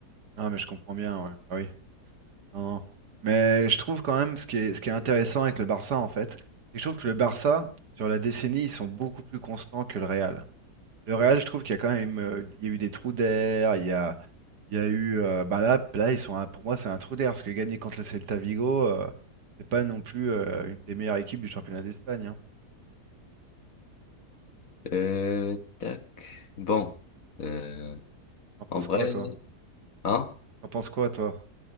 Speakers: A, on the right; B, on the left.
A: Non, mais je comprends bien, ouais. Bah oui. Non, non. Mais je trouve quand même ce qui est, ce qui est intéressant avec le Barça, en fait, c'est que je trouve que le Barça, sur la décennie, ils sont beaucoup plus constants que le Real. Le Real, je trouve qu'il y a quand même euh, il y a eu des trous d'air, il y a, il y a eu euh, bah là, là ils sont un- pour moi c'est un trou d'air parce que gagner contre le Celta Vigo, euh, c'est pas non plus euh, une des meilleures équipes du championnat d'Espagne. Hein.
B: Euh, tac. Bon. Euh,
A: T'en penses
B: en vrai,
A: quoi toi?
B: hein?
A: T'en penses quoi toi?